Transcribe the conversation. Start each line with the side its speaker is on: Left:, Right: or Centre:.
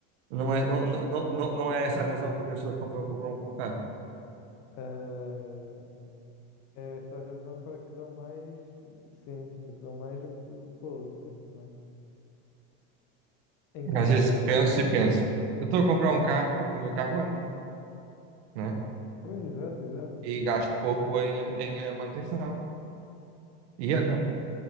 Right: Não
Left: imagina,
Right: é, não,
Left: eu
Right: não, não, não não é essa a razão porque as pessoas compram, compram um carro.
Left: também. É essa a razão para que dão mais, sim, do que dão mais do que, do que para outro, sim, claro. Em, ca,
Right: Às
Left: em,
Right: vezes
Left: ca,
Right: eu penso
Left: em carros.
Right: e penso, eu estou a comprar um carro porque o meu carro anda, né?
Left: Pois, exato, exato.
Right: E gasto pouco em, em, em manutenção. Ia, não.